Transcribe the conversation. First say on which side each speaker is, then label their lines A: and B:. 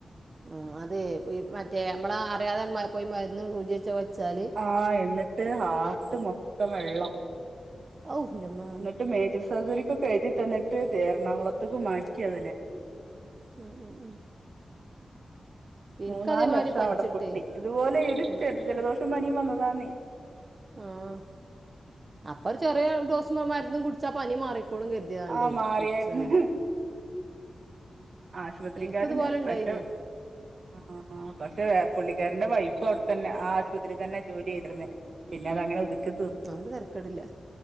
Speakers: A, on the right; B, on the right.
A: ആ അതെ മറ്റേ നമ്മള് അറിയാതണ്ട് പോയി മരുന്ന് സൂചി. കുത്തി വച്ചാല്.
B: ആ എന്നിട്ട് ഹാർട്ട് മൊത്തം വെള്ളം.
A: ഹൗ എന്റെ മ്മാ
B: എന്നിട്ട് മേജർ സർജറിക്കൊക്കെ എഴുതി തന്നിട്ട് എറണാകുളത്തേക്ക് മാറ്റി അതിനെ.
A: ഉം ഉം ഉം എനിക്കതേമാതിരി
B: മൂന്നാല് ലക്ഷം
A: പനിച്ചിട്ടേ
B: അവിടെ പൊട്ടി ഇതുപോലെ ഇത്
A: ഉം
B: ജെ
A: ഉം
B: ജലദോഷം പനിയും വന്നതാന്നെ.
A: ആഹ് അപ്പ ഒരു ചെറിയ ഡോസ് മരുന്നും കുടിച്ചാ പനി മാറിക്കോളും കരുതി അറിയാണ്ട്
B: ആഹ് മാറിയായിരുന്നു
A: കുടിച്ചാണ്.
B: ആശുപത്രിക്കാരല്ല
A: എനിക്കിതുപോലെ ഉണ്ടായിനി
B: പെട്ടു ആഹ് ആ പക്ഷേ പുള്ളിക്കാരന്റെ വൈഫ് അവിടെത്തന്നെ ആ ആശുപത്രി തന്നെ ജോലി ചെയ്തിരുന്നെ. പിന്നെ അത് അങ്ങനെ ഒതുക്ക്.
A: അതുകൊണ്ട് തരക്കേടില്ല